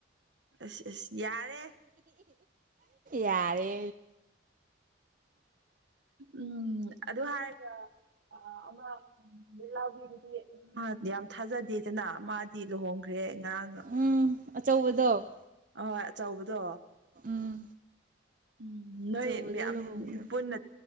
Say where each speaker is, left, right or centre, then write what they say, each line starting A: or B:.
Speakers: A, on the right; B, on the right.
A: ꯑꯁ ꯑꯁ ꯌꯥꯔꯦ꯫
B: ꯌꯥꯔꯦ
A: ꯎꯝ ꯑꯗꯨ ꯍꯥꯏꯔꯒ ꯑꯃ ꯎꯜꯂꯥꯎꯕꯤꯗꯨꯗꯤ ꯌꯥꯝ ꯊꯥꯖꯗꯦꯗꯅ ꯃꯥꯗꯤ ꯂꯨꯍꯣꯡꯈ꯭ꯔꯦ ꯉꯔꯥꯡꯅ
B: ꯎꯝ ꯑꯆꯧꯕꯗꯣ
A: ꯑꯍꯣꯏ ꯑꯆꯧꯕꯗꯣ
B: ꯎꯝ
A: ꯎꯝ ꯅꯣꯏ
B: ꯑꯆꯧꯕꯗꯣ
A: ꯌꯥꯝ
B: ꯂꯨꯍꯣꯡꯈ꯭ꯔꯦ
A: ꯄꯨꯟꯅ